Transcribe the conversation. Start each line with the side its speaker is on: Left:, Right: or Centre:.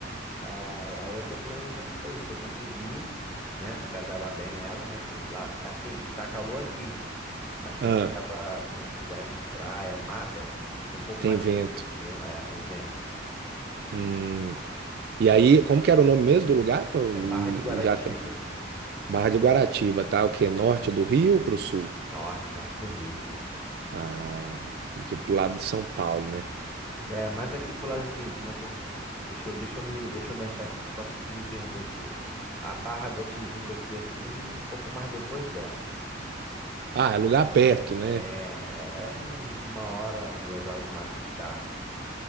Centre: Ai, Aí eu tô planejando isso aí. Se eu conseguir, né, agasalhar bem ela, né? Porque lá, assim, tá calor aqui, mas quando
Right: Ah,
Centre: a gente vai pra, pra esses lugares de praia, mata, fica um pouco
Right: tem
Centre: mais
Right: vento.
Centre: frio, entendeu? É, tem vento.
Right: Hum. E aí, como que era o nome mesmo do lugar? Que eu hum,
Centre: É Barra de Guaratiba,
Right: já até... Barra de Guaratiba, tá?
Centre: Isso.
Right: O quê? Norte do Rio pro sul?
Centre: norte, norte do Rio.
Right: Ah, tipo, pro lado de São Paulo, né?
Centre: É, mas aqui pro lado assim, como é que eu. Deixa eu, deixa eu me, deixa eu me achar aqui, que eu posso me perder um pouco. A Barra da Tijuca aqui, assim, um pouco mais depois dela.
Right: Ah, é lugar perto, né?
Centre: É, é é um- uma hora, duas horas no máximo de carro.